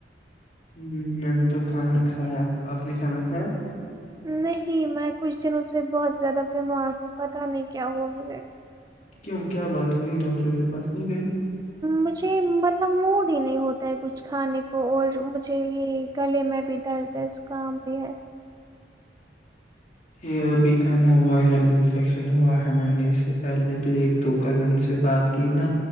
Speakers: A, on the left; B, on the right.
A: ہ میں نے تو کھانا کھایا آپ نے کھانا کھایا
B: نہیں میں کچھ دنوں سے بہت زیادہ بیمار ہوں پتاہ نہیں کیا ہوا مجھے
A: کیوں کیا بات ہوئی ڈاکٹر کے پاس نہیں گئے
B: مجھے مطلب موڈ ہی نہیں ہوتا ہے کچھ کھانے کو اور مجھے یہ گلے میں بھی درد ہے اسکام بھی ہے
A: یہ ابھی کا نا وائرل انفیکشن ہوا ہے میں نے اس سے پہلے بھی ایک دو کزن سے بات کی نا